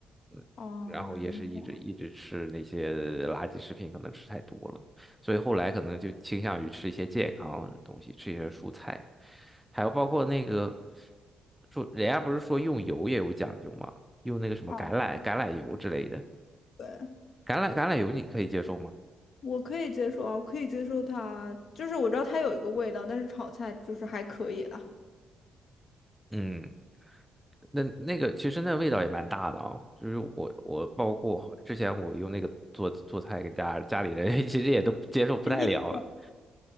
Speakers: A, in the centre; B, on the left (about 55°).
A: 嗯，
B: 哦，
A: 然后也是一直一直吃那些垃圾食品，
B: 难怪
A: 可能吃太多了。所以后来可能就倾向于吃一些健康的东西，吃一些蔬菜，还有包括那个说人家不是说用油也有讲究吗？用那个什么橄榄橄榄油之类的，
B: 嗯哦，对，
A: 橄榄橄榄油你可以接受吗？
B: 我可以接受啊，我可以接受它，就是我知道它有一个味道，但是炒菜就是还可以啦。
A: 嗯，那那个其实那味道也蛮大的啊、就是我我包括之前我用那个做做菜跟家家里人 <laughs>，其实也都接受不太了。
B: <laughs> 一